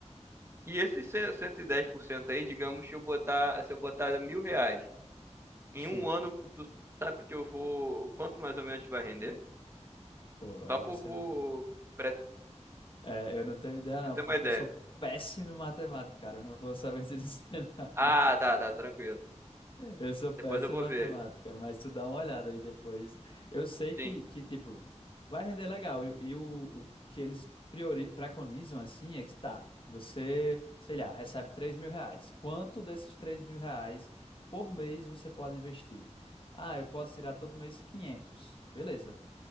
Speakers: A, on the right; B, on the left.
A: e esses cem- 110% aí, digamos, se eu botar, se eu botar mil reais. Em
B: Sim.
A: um ano, tu sabe que eu vou. Quanto mais ou menos vai render?
B: Pô, aí
A: Só por,
B: você.
A: por... pra
B: É, eu não tenho ideia,
A: pra
B: não,
A: ter
B: porque
A: uma ideia.
B: eu sou péssimo em matemática, cara. Eu não vou saber te dizer. <laughs> não.
A: Ah, tá, tá, tranquilo.
B: Eu sou péssimo
A: Depois eu vou
B: em matemática,
A: ver.
B: mas tu dá uma olhada aí depois. Eu sei que,
A: Sim,
B: que tipo, vai render legal. E, e o, o que eles priori, preconizam, assim, é que tá. Você, sei lá, recebe 3 mil reais. Quanto desses 3 mil reais por mês você pode investir? Ah, eu posso tirar todo mês quinhentos Beleza.